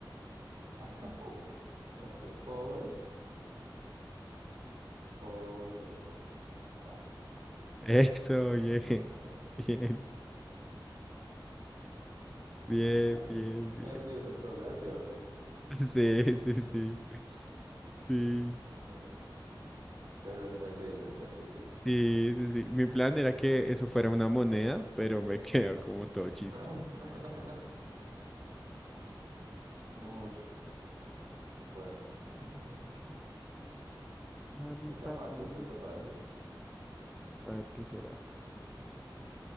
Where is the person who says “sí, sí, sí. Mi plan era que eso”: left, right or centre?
Centre